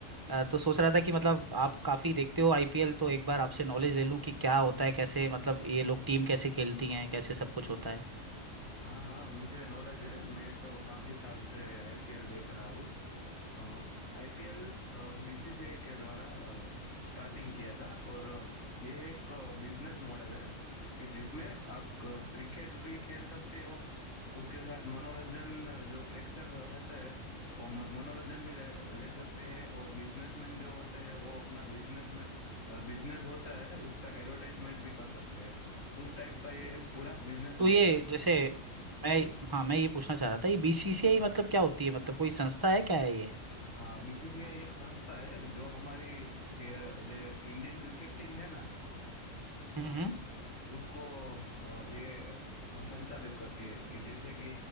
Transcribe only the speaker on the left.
हाँ हाँ मुझे नॉलेज है मैं तो काफी साल से आईपीएल देख रहा हूँ आईपीएल बीसीसीआई के द्वारा स्टार्टिंग किया था और अ, ये एक बिजनेस मॉडल है कि जिसमें आप क्रिकेट भी खेल सकते हो उसके साथ मनोरंजन अ, जो प्रेक्षक होते हैं वो म- मनोरंजन भी ले, ले सकते हैं और बिजनेसमैन जो होते हैं वो अपना बिजनेस में बिजनेस होता है उसका एडवर्टाइजमेंट भी कर सकते हैं उस टाइप का ये पूरा बिजनेस
मॉडल
है
हाँ बीसीसीआई एक संस्था है जो हमारी ये, जो इंडियन क्रिकेट टीम है ना
उसको अ, ये संचालित करती है कि जैसे कि